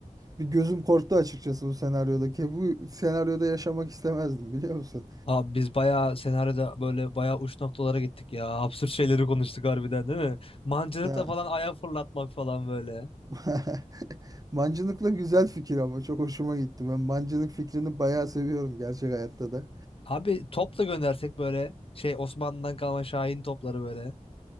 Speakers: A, on the right; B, on the left.
A: Bir gözüm korktu açıkçası bu senaryoda. Ki bu senaryoda yaşamak istemezdim biliyor musun?
B: Abi biz bayağı senaryoda böyle bayağı uç noktalara gittik ya. Absürt şeyleri konuştuk harbiden değil mi? Mancınıkla
A: Ya
B: falan ayağı fırlatmak falan böyle.
A: <laughs> mancınıkla güzel fikir ama çok hoşuma gitti. Ben mancınık fikrini bayağı seviyorum gerçek hayatta da.
B: Abi top da göndersek böyle şey Osmanlı'dan kalma Şahin topları böyle.